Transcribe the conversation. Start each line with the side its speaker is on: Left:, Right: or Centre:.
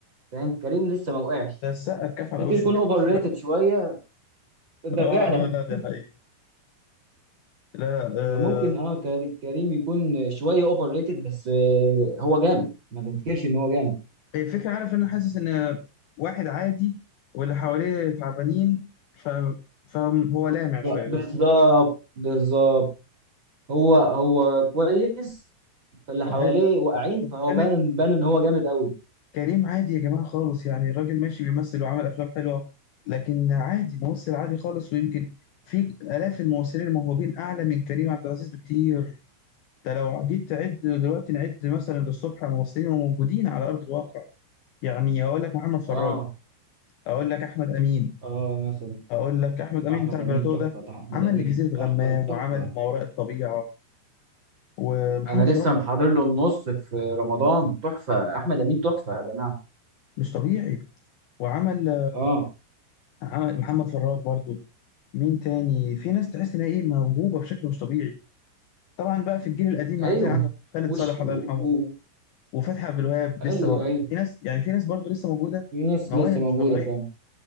Right: فاهم كريم لسه ما وقعش
Left: ده السقا اتكف على
Right: ممكن
Left: وشه
Right: يكون اوفر ريتد
Left: <laughs>
Right: شويه ده
Left: اه
Right: فعلا
Left: اه لا دي حقيقة لا
Right: <laughs>
Left: آه
Right: فممكن اه كار- كريم يكون شويه اوفر ريتد بس آه، هو جامد ما ننكرش ان هو جامد
Left: هي الفكرة عارف انا حاسس ان واحد عادي واللي حواليه تعبانين ف... فهو لامع شوية
Right: ف- بالظبط
Left: بس
Right: بالظبط هو هو كويس فاللي حواليه
Left: عادي
Right: واقعين
Left: بس انت
Right: فهو
Left: بتتكلم
Right: بان بان ان هو جامد قوي
Left: كريم عادي يا جماعة خالص يعني الراجل ماشي بيمثل وعمل افلام حلوة لكن عادي ممثل عادي خالص ويمكن في الاف الممثلين الموهوبين اعلى من كريم عبد العزيز بكتير ده لو جيت تعد دلوقتي نعد مثلا للصبح ممثلين موجودين على ارض الواقع يعني اقول لك محمد فراج
Right: اه
Left: اقول لك احمد امين
Right: اه مثلا
Left: اقول لك احمد امين
Right: احمد
Left: بتاع
Right: امين
Left: البلاتو
Right: تحفه
Left: ده
Right: تح- احمد
Left: عمل
Right: امين
Left: لجزيره
Right: تحفه
Left: غمام
Right: تحفه
Left: وعمل ما وراء الطبيعه ومحمد
Right: انا
Left: فراج
Right: لسه محضر له النص في رمضان تحفه احمد امين تحفه يا جماعه
Left: مش طبيعي وعمل
Right: اه
Left: عمل محمد فراج برضو مين تاني في ناس تحس انها ايه موهوبه بشكل مش طبيعي طبعا بقى في الجيل القديم هتلاقي
Right: ايوه
Left: عندك خالد
Right: وش
Left: صالح
Right: و...
Left: الله يرحمه
Right: و...
Left: وفتحي عبد الوهاب لسه
Right: ايوه
Left: موجود
Right: ايوه
Left: في ناس يعني في ناس برضو لسه موجوده
Right: في ناس
Left: مواهب
Right: لسه موجوده
Left: مش طبيعيه
Right: فعلا